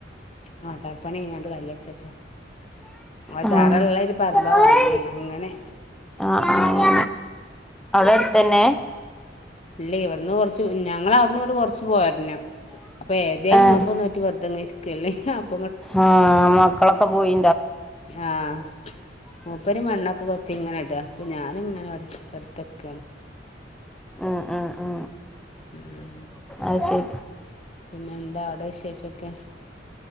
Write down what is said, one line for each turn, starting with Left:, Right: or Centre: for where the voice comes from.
Left: ആഹ് തറപ്പണി കഴിഞ്ഞാണ്ട് കല്ല് അടിച്ച് വെച്ച അത്
Centre: ആഹ്
Left: തറയുള്ളൊരു പറമ്പാ
Centre: ആഹ്
Left: വാങ്ങിയെ അങ്ങനെ
Centre: ആഹ് അവിടെ അടുത്ത് തന്നെ
Left: ഇല്ല ഇവിടന്ന് കൊറച്ച് ഞങ്ങള് അവിടുന്ന് ഇങ്ങോട്ട് കൊറച്ച് പോരാനം. അപ്പോ ഏതേലും
Centre: ഏഹ്
Left: നോമ്പ് നോറ്റ് വെറുതെ ഇങ്ങനെ ഇരിക്കല്ലേ ഹ അ
Centre: ആഹ് മക്കളൊക്കെ പോയി
Left: ആഹ് മൂപ്പര് മണ്ണൊ ക്കെ കൊത്തി ഇങ്ങനെ ഇടാ അപ്പൊ ഞാന് ഇങ്ങനെ അവിടെ വെറുതെ നിക്കയാണ്.
Centre: ആ ആ ആ
Left: ഉം
Centre: ആശേരി
Left: പിന്നെ എന്താ അവിടെ വിശേഷയൊക്കെ.